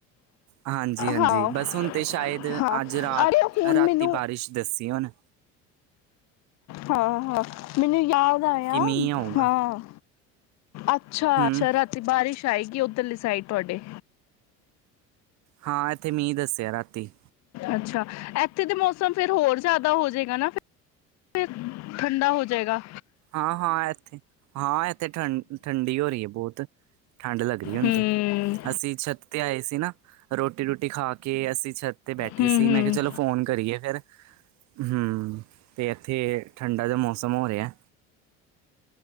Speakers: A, on the right; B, on the left.
A: ਹਾਂਜੀ ਹਾਂਜੀ
B: ਹਾਂ
A: ਬਸ ਹੁਣ ਤੇ ਸ਼ਾਇਦ
B: ਹਾਂ
A: ਅੱਜ ਰਾਤ
B: ਅਰੇ ਹੁਣ
A: ਰਾਤੀ
B: ਮੈਨੂੰ
A: ਬਾਰਿਸ਼ ਦੱਸੀ ਕਿ ਹਨ
B: ਹਾਂ ਹਾਂ ਮੈਨੂੰ ਯਾਦ ਆਇਆ
A: ਕਿ ਮੀਂਹ ਆਊਗਾ
B: ਹਾਂ ਅੱਛਾ
A: ਹੂੰ,
B: ਅੱਛਾ ਰਾਤੀ ਬਾਰਿਸ਼ ਆਏਗੀ ਉੱਧਰਲੀ ਸਾਈਡ ਤੁਹਾਡੇ
A: ਹਾਂ ਐਥੇ ਮੀਂਹ ਦੱਸਿਆ ਰਾਤੀ
B: ਅੱਛਾ ਐਥੇ ਤੇ ਮੌਸਮ ਫੇਰ ਹੋਰ ਜ਼ਿਆਦਾ ਹੋਜਏਗਾ ਨਾ ਫਿਰ, ਠੰਡਾ ਹੋ ਜਾਏਗਾ।
A: ਹਾਂ -ਹਾਂ ਇੱਥੇ ਹਾਂ ਇੱਥੇ ਠੰ ਠੰਡੀ ਹੋ ਰਹੀ ਹੈ ਬੋਤ ਠੰਢ ਲੱਗ ਹੁੰ
B: ਹੂੰ
A: ਅਸੀਂ ਛੱਤ ਤੇ ਆਏ ਸੀ ਨਾ, ਰੋਟੀ ਰੂਟੀ ਖਾ ਕੇ ਅਸੀਂ ਛੱਤ ਤੇ ਬੈਠੇ
B: ਹੂੰ
A: ਸੀ,
B: ਹੂੰ
A: ਮੈਂ ਕਿਹਾ ਚਲੋ ਫੋਨ ਕਰੀਏ ਫਿਰ ਹਮ ਤੇ ਇੱਥੇ ਠੰਡਾ ਜਿਹਾ ਮੌਸਮ ਹੋ ਰਿਹਾ।